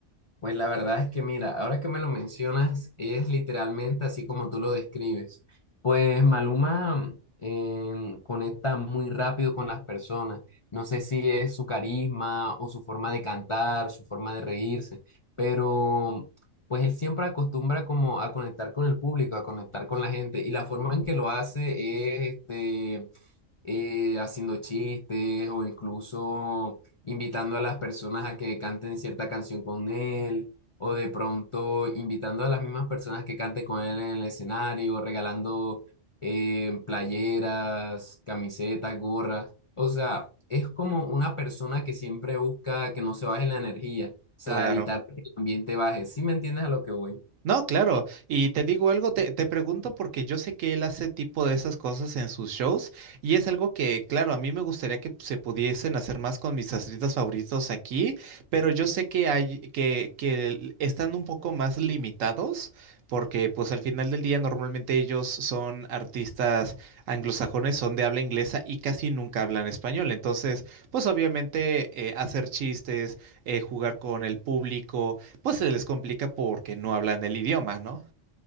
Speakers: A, on the left; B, on the right.
A: Pues la verdad es que mira, ahora que me lo mencionas, es literalmente así como tú lo describes. Pues Maluma em, conecta muy rápido con las personas. No sé si es su carisma o su forma de cantar, su forma de reírse, pero pues él siempre acostumbra como a conectar con el público, a conectar con la gente. Y la forma en que lo hace es este, eh, haciendo chistes o incluso invitando a las personas a que canten cierta canción con él, o de pronto invitando a las mismas personas que canten con él en el escenario, regalando eh, playeras, camisetas, gorras. O sea, es como una persona que siempre busca que no se baje la energía, o sea,
B: Claro.
A: evitar que el ambiente baje. ¿Sí me entiendes a lo que voy?
B: No, claro. Y te digo algo, te, te pregunto porque yo sé que él hace tipo de esas cosas en sus shows y es algo que, claro, a mí me gustaría que se pudiesen hacer más con mis artistas favoritos aquí, pero yo sé que hay que, que el- están un poco más limitados porque pues al final del día normalmente ellos son artistas anglosajones, son de habla inglesa y casi nunca hablan español. Entonces, pues obviamente eh, hacer chistes, eh, jugar con el público pues se les complica porque no hablan del idioma, ¿no?